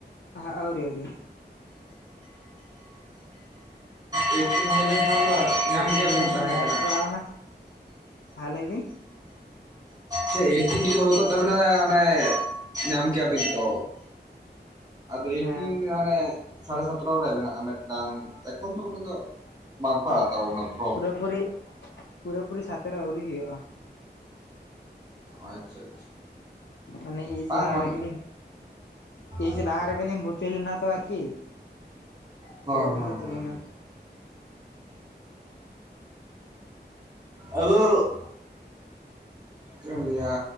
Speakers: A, on the left (about 80°); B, on the right (about 20°).
A: ᱦᱟᱜ ᱟᱣᱨᱤ ᱟᱣᱨᱤ᱾
B: ᱮᱭᱤᱴᱴᱤᱱ ᱦᱩᱭ ᱞᱮᱱᱠᱷᱟᱱ
A: ᱟ
B: ᱫᱚ ᱧᱟᱢ
A: ᱟᱹᱰᱤᱛ
B: ᱠᱮᱭᱟᱵᱤᱱ ᱛᱟᱦᱮᱸ
A: ᱱᱚᱭᱮᱥ
B: ᱠᱟᱱᱟ
A: ᱯᱟᱲᱟᱣᱱᱟ ᱟᱞᱮ ᱜᱮ᱾
B: ᱥᱮ ᱮᱭᱤᱴᱴᱤᱱ ᱡᱩᱫᱤ ᱦᱩᱭ ᱠᱚᱜ ᱛᱟᱵᱮᱱᱟ ᱢᱟᱱᱮ <inaudible> ᱧᱟᱢ ᱠᱮᱭᱟᱵᱤᱱ ᱛᱚ ᱟᱫᱚ ᱮᱭᱤᱴᱴᱤᱱ
A: ᱦᱮᱸ
B: ᱦᱟᱱᱮ᱾ ᱥᱟᱲᱮ ᱥᱚᱛᱮᱨᱚ ᱨᱮ ᱢᱮᱱᱟᱜᱼᱟ ᱢᱤᱫᱴᱟᱝ ᱮᱠᱷᱚᱱ ᱫᱚ ᱚᱱᱟ ᱫᱚ ᱵᱟᱝᱠᱚ ᱟᱲᱟᱛᱟᱲᱟᱵᱚᱱᱟ ᱯᱷᱨᱚᱢ᱾
A: ᱛᱵᱩᱨᱤ <unintelligible> ᱯᱩᱨᱟᱹ ᱯᱩᱨᱤ ᱥᱟᱛᱮᱨᱚ ᱟᱹᱣᱨᱤ ᱦᱩᱭᱩᱜᱼᱟ᱾
B: ᱟᱪᱪᱷᱟ ᱟᱪᱪᱷᱟ᱾
A: ᱢᱟᱱᱮ ᱮᱡ
B: ᱵᱟᱝ
A: ᱞᱟᱦᱟ
B: ᱢᱟᱱ
A: ᱨᱮᱜᱮ ᱞᱤᱧ᱾ ᱮᱡ
B: ᱟᱪᱪᱷᱟ
A: ᱞᱟᱦᱟ ᱨᱮᱜᱮᱞᱤᱧ ᱵᱷᱩᱨᱛᱤ ᱞᱮᱱᱟ ᱛᱚ ᱟᱨᱠᱤ
B: ᱦᱚᱸ
A: ᱛᱳᱣᱨᱤ
B: ᱦᱚᱸ
A: ᱦᱩᱭᱩᱜ
B: ᱦᱚᱸ
A: ᱛᱟᱞᱤᱱᱟ᱾
B: ᱦᱚᱸ ᱟᱫᱚ <inaudible> ᱪᱮᱫ ᱮᱢ ᱞᱟᱭᱟ